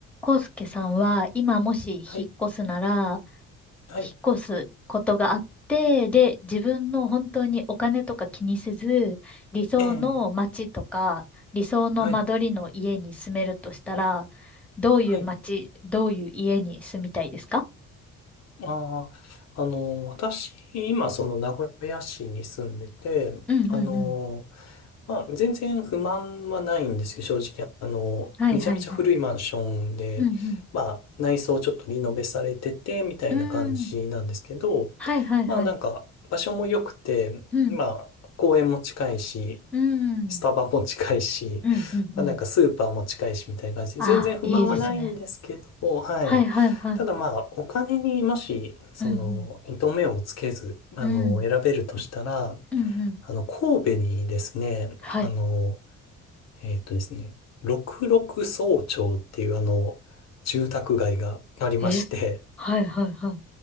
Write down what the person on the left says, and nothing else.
はい、はい、
ええ、
はい、
はい。
ああ、あの、私、今、その名古屋市に住んでて、
あの、まあ、全然不満はないんですよ、正直。あの、
めちゃめちゃ古いマンションで、
まあ、内装ちょっとリノベされてて、みたいな感じなんですけど、
まあ、なんか、場所も良くて、
まあ、公園も近いし、
スタバも近いし、
まあ、なんかスーパーも近いしみたいな感じで、
全然不満はないんですけど、
はい。
ただまあ、お金にもし、その、
糸目をつけず、あの、
選べるとしたら、
あの、神戸にですね、
あの、えっとですね、六麓総町っていうあの、住宅街がありまして、